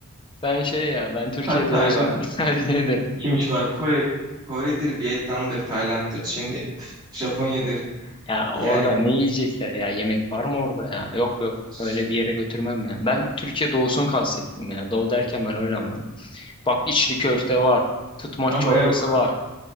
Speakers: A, on the left; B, on the right.
A: Ben şey ya ben Türkiye
B: Pad
A: doğusunu
B: thai var.
A: <laughs> tercih ederim.
B: Kimchi var. Kore, Kore'dir, Vietnam'dır, Tayland'dır, Çin'dir, Japonya'dır.
A: Ya orada
B: Yani
A: ne yiyecekler ya yemek var mı orada ya? Yok yok
B: s-
A: öyle bir yere götürmem ya. Ben Türkiye doğusunu kastettim ya. Doğu derken ben öyle anladım. Bak içli köfte var. Tutmaç
B: ama
A: çorbası
B: bayağı
A: var.